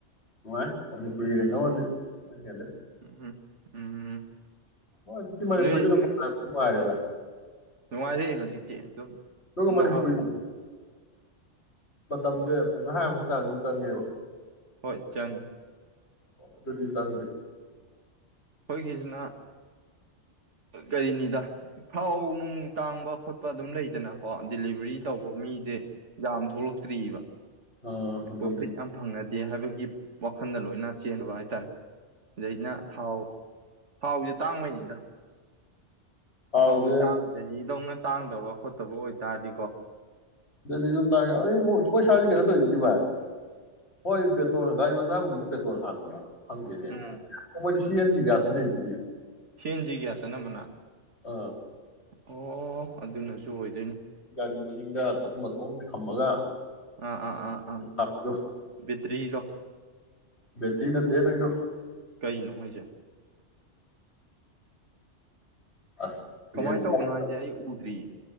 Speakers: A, on the left (about 60°); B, on the right (about 75°).
A: ꯅꯨꯡꯉꯥꯏ ꯃꯅꯤꯄꯨꯔꯒ ꯌꯦꯡꯅꯧꯔꯗꯤ ꯃꯣꯏ ꯍꯦꯜꯂꯦ
B: ꯎꯝꯝ ꯎꯝ
A: ꯍꯣꯏ ꯍꯖꯤꯛꯇꯤ ꯄꯅꯤꯄꯨꯔꯖꯨ
B: ꯅꯣꯏ
A: ꯑꯗꯨꯝ ꯅꯨꯠꯉꯥꯏꯔꯦꯗ
B: ꯅꯨꯡꯉꯥꯏꯔꯦ ꯍꯧꯖꯤꯛꯇꯤ ꯑꯗꯨꯝ
A: ꯗꯨꯒ
B: ꯅꯛꯑꯕꯅꯤ
A: ꯃꯅꯤꯄꯨꯔ ꯃꯇꯝꯁꯦ ꯄꯨꯡꯈꯥꯏꯃꯨꯛ ꯆꯥꯡ ꯑꯗꯨꯝ ꯆꯪꯉꯦꯕ
B: ꯍꯣꯏ ꯆꯪꯉꯤ
A: ꯑꯣ ꯑꯗꯨꯗꯤ ꯆꯪꯗꯦ
B: ꯑꯩꯈꯣꯏꯒꯤꯁꯤꯅ ꯀꯔꯤꯅꯤꯗ ꯊꯥꯎ ꯅꯨꯡ ꯇꯥꯡꯕ ꯈꯣꯠꯄ ꯑꯗꯨꯝ ꯂꯩꯗꯅꯀꯣ ꯗꯤꯂꯤꯚꯔꯤ ꯇꯧꯕ ꯃꯤꯁꯦ ꯌꯥꯝ ꯊꯣꯛꯂꯛꯇ꯭ꯑꯔꯤꯕ
A: ꯑꯥ ꯑꯗꯨꯅꯦ
B: ꯄ꯭ꯔꯣꯐꯤꯠ ꯌꯥꯝ ꯐꯪꯅꯗꯦ ꯍꯥꯏꯕꯒꯤ ꯋꯥꯈꯟꯗ ꯂꯣꯏꯅ ꯆꯦꯟꯅꯕ ꯍꯥꯏꯇꯥꯔꯦ ꯑꯗꯩꯅ ꯊꯥꯎ ꯊꯥꯎꯁꯦ ꯇꯥꯡꯕꯩꯅꯤꯗ
A: ꯊꯥꯎꯁꯦ
B: ꯊꯥꯎꯖꯦ ꯇꯥꯡꯗ꯭ꯔꯗꯤ ꯇꯥꯡꯗꯕ ꯈꯣꯠꯇꯕ ꯑꯣꯏꯇꯥꯔꯗꯤꯀꯣ
A: ꯗꯦꯜꯂꯤꯗ ꯇꯥꯡꯏ ꯑꯗꯩ ꯑꯃꯨꯛ ꯑꯩꯈꯣꯏꯁꯥꯏ ꯀꯩꯅꯣ ꯇꯧꯔꯤꯁꯤꯗꯤ ꯚꯥꯏ ꯍꯣꯏ ꯄꯦꯇ꯭ꯔꯣꯜ ꯒꯥꯔꯤ ꯃꯆꯥꯒꯨꯝꯕꯗꯤ ꯄꯦꯇ꯭ꯔꯣꯜ ꯍꯥꯟꯕ꯭ꯔꯥ ꯈꯪꯗꯦꯅꯦ
B: ꯎꯝ
A: ꯁꯤꯑꯦꯟꯖꯤ ꯒ꯭ꯌꯥꯁ ꯁꯤꯖꯤꯟꯅꯩꯗꯨꯗꯤ
B: ꯁꯤꯑꯦꯟꯖꯤ ꯒ꯭ꯌꯥꯁ ꯑꯅꯝꯕꯅ
A: ꯑꯥ
B: ꯑꯣ ꯑꯗꯨꯅꯁꯨ ꯑꯣꯏꯗꯣꯏꯅꯤ
A: ꯒꯥꯔꯤ ꯃꯅꯤꯡꯗ ꯊꯝꯃꯒ
B: ꯑꯥ ꯑꯥ ꯑꯥ ꯑꯥ
A: ꯂꯥꯛꯄꯤꯗꯣ
B: ꯕꯦꯇ꯭ꯔꯤꯗꯣ
A: ꯕꯦꯇ꯭ꯔꯤ ꯅꯠꯇꯦꯍꯦ ꯅꯪꯁꯨ
B: ꯀꯩꯅꯣ ꯍꯥꯏꯁꯦ
A: ꯑꯁ ꯁꯤ
B: ꯀꯃꯥꯏꯅ
A: ꯑꯦꯝꯁꯤꯒ
B: ꯇꯧꯕꯅꯣ ꯍꯥꯏꯁꯦ ꯑꯩ ꯎꯗ꯭ꯔꯤꯌꯦ